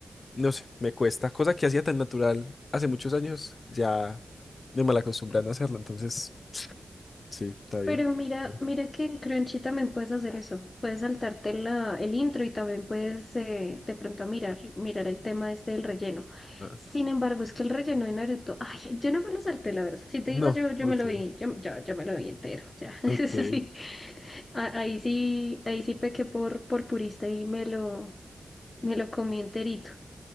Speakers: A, on the left; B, on the left.
A: no sé, me cuesta, cosa que hacía tan natural hace muchos años, ya me mal acostumbran a no hacerlo, entonces sí, está bien.
B: Pero mira,
A: Vale.
B: mira que en Crunchy también puedes hacer eso. Puedes saltarte la, el intro y también puedes eh, de pronto mirar, mirar el tema este del relleno.
A: Ah,
B: Sin embargo, es que el relleno de Naruto, ay, yo no me lo salté, la verdad. Si te
A: No,
B: digo yo, yo
A: ok.
B: me lo vi, yo, yo, yo me lo vi entero. Ya, <laughs>
A: Ok,
B: sí.
A: sí,
B: A- Ahí sí, ahí sí pequé por, por purista y me lo, me lo comí enterito.